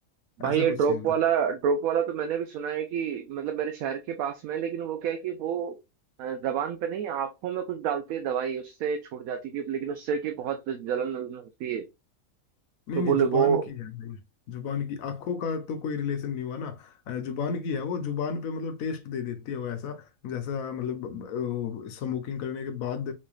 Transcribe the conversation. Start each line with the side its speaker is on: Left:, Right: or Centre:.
Right: भाई
Left: ऐसा
Right: ये ड्रॉप
Left: कुछ सीन
Right: वाला
Left: था
Right: ड्रॉप वाला तो मैंने भी सुना है कि मतलब मेरे शहर के पास में है, लेकिन वो क्या है कि वो अ, जबान पे नहीं आंखों में कुछ डालते हैं दवाई उससे छूट जाती थी लेकिन उससे कि बहुत जलन वलन होती है
Left: नहीं
Right: तो
Left: नहीं
Right: बोले
Left: जुबान
Right: वो
Left: की है भाई जुबान की आंखों का तो कोई रिलेशन नहीं हुआ ना अ, जुबान की है वो जुबान पे मतलब टेस्ट दे देती है वो ऐसा जैसा मतलब स्मोकिंग करने के बाद